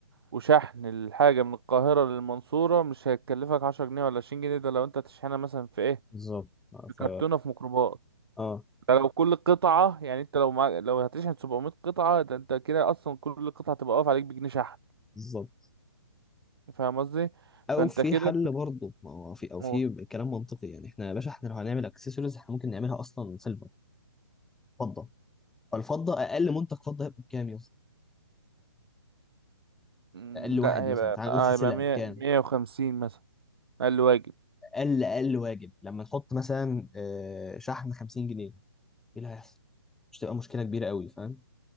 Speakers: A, on the right; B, in the centre.
A: وشحن الحاجة من القاهرة للمنصورة مش هيكلفك 10 جنيه ولا 20 جنيه ده لو انت هتشحنها مثلا في ايه
B: بالظبط آه،
A: في
B: ف
A: كرتونة في ميكروباص
B: اه
A: ده لو كل قطعة يعني انت لو مع... لو هتشحن 700 قطعة ده انت كده اصلا كل قطعة تبقى واقف عليك بجنيه شحن
B: بالظبط
A: فاهم قصدي
B: او
A: فانت
B: في
A: كده
B: حل برضه ما هو في او
A: و...
B: في كلام منطقي يعني احنا يا باشا احنا لو هنعمل اكسسوارز احنا ممكن نعملها اصلا سيلفر فضه الفضه اقل منتج فضه هيبقى بكام يا اسطى
A: م،
B: اقل واحد
A: لا هيبقى
B: مثلا تعال نقول سلسله
A: هيبقى 100
B: يعني بكام
A: 150 مثلا اقل واجب
B: اقل اقل واجب لما نحط مثلا آه، شحن 50 جنيه ايه اللي هيحصل مش تبقى مشكله كبيره قوي فاهم